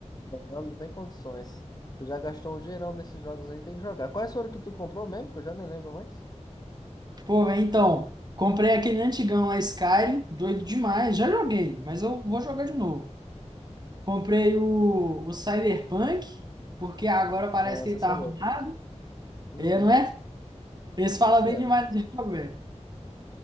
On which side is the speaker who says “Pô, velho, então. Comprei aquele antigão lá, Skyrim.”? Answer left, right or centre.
Right